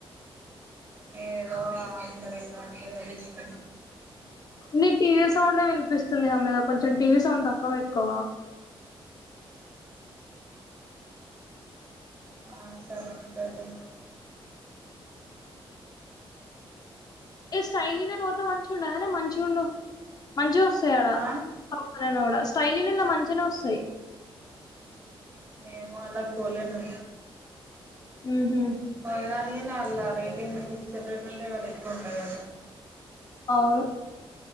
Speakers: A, on the right; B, on the left.
A: ఏదో అందరెళ్ళం అ అది ఇష్ట
B: నీ టీవీ సౌండే వినిపిస్తుంది ఆ మీద కొంచెం టీవీ సౌండ్ తక్కవ పెట్టుకోవా
A: ఆ సరే పెడుతున్న
B: ఏ స్టైల్ చేస్తే మంచగా ఉండదనా మంచుండ మజు <unintelligible>
A: ఆ
B: డా <unintelligible> స్టైలీని ఇలా మంచిగానే వస్తాయి
A: ఏమో అలకు పోలేను
B: ఉహ
A: పోదానియ నల రేటు ఇన్నది సెపరేట్ ఉంటే వాళ్ళు ఎత్తుకొని అ
B: అవును